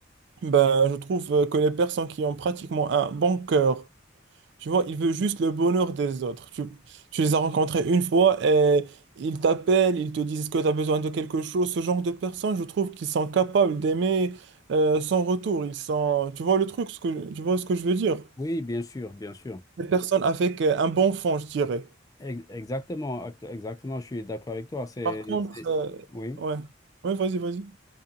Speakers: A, on the right; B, on the left.
A: Ben, je trouve euh, que les personnes qui ont pratiquement un bon cœur, tu vois, ils veulent juste le bonheur des autres. Tu, tu les as rencontrés une fois et ils t'appellent, ils te disent que tu as besoin de quelque chose. Ce genre de personnes, je trouve qu'ils sont capables d'aimer euh, sans retour. Ils sont, tu vois le truc, ce que, tu vois ce que je veux dire?
B: Oui, bien sûr, bien sûr.
A: Des personnes avec euh, un bon fond, je dirais.
B: Ex- Exactement, act- exactement, je suis d'accord avec toi. C'est,
A: Par contre,
B: c'est-
A: euh,
B: Oui.
A: ouais, ouais, vas-y, vas-y.